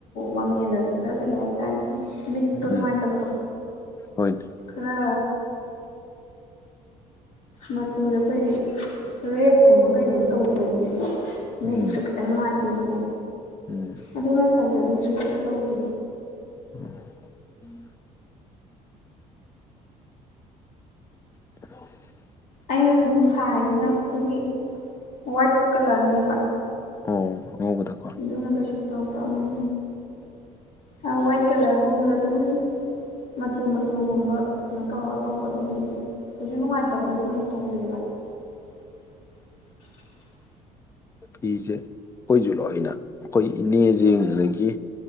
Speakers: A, on the left; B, on the left.
A: ꯃꯃꯦꯟꯗꯁꯨ ꯈꯔ ꯂꯩ ꯍꯥꯏꯇꯥꯔꯦ ꯃꯤꯠꯇꯣ ꯅꯨꯡꯉꯥꯏꯇꯕꯗꯣ
B: ꯎꯝ ꯍꯣꯏꯅꯦ
A: ꯈꯔ ꯃꯆꯨꯗꯣ ꯑꯩꯈꯣꯏꯒꯤ ꯔꯦꯠꯀꯨꯝꯕ ꯀꯩꯒꯨꯝꯕ ꯇꯧꯕꯖꯦ ꯃꯤꯠꯇꯨ
B: ꯎꯝ
A: ꯈꯤꯇꯪ ꯅꯨꯡꯉꯥꯏꯇꯦꯕꯀꯣ
B: ꯎꯝ
A: ꯑꯗꯨ ꯅꯠꯇꯕꯗꯗꯤ ꯁꯨꯝ ꯀꯩꯁꯨ ꯇꯧꯗꯦ
B: ꯎꯝ <unintelligible>
A: ꯑꯩꯅ ꯁꯨꯝ ꯁꯥꯔꯤꯁꯤꯅ ꯑꯩꯈꯣꯏꯒꯤ ꯋꯥꯏꯠ ꯀꯂꯔꯅꯦꯕ
B: ꯑꯣ ꯑꯉꯧꯕꯗꯨ ꯀꯣ
A: ꯑꯗꯨꯅ ꯀꯩꯁꯨ ꯇꯧꯗꯕ ꯎꯝ ꯑ ꯋꯥꯏꯠ ꯀꯂꯔꯒꯨꯝꯕꯗ ꯑꯗꯨꯝ ꯃꯆꯨ ꯃꯆꯨꯒꯨꯝꯕ ꯀꯩꯅꯣ ꯇꯧꯔꯒ ꯇꯧꯕ ꯑꯗꯨꯗꯨꯗꯤ ꯀꯩꯁꯨ ꯅꯨꯡꯉꯥꯏꯇꯕꯗꯤ ꯊꯣꯏꯅ ꯇꯧꯗꯦꯕ <inaudible>
B: ꯐꯤꯖꯦ ꯑꯩꯈꯣꯏꯖꯨ ꯂꯣꯏꯅ ꯑꯩꯈꯣꯏ ꯏꯅꯦꯖꯤꯡ ꯑꯗꯒꯤ